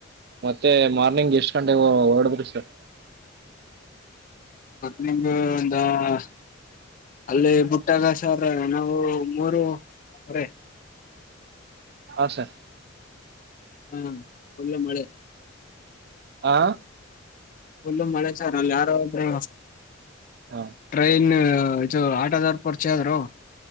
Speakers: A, on the right; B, on the left.
A: ಮತ್ತೆ ಮಾರ್ನಿಂಗ್ ಎಷ್ಟ್ ಗಂಟೆಗೆ ಹೊಓಡದ್ರಿ ಸರ್
B: ನಿಂಗ ಒ ಅಲ್ಲಿ ಬುಟ್ಟಗ ಸರ ನಾವು ಮೂರು ಅ
A: ಹ ಸರ್
B: ಹಾ ಒಳ್ಳೆ ಮಳೆ
A: ಆ
B: ುಲ್ಲು ಮಳೆ ಸಾರ ಯಾರು್ರೆ
A: ಹಾ
B: ಟ್ರೈನ್ ದು ಆಟದಾರ್ ಪರಿಚೆ ಆದ್ರು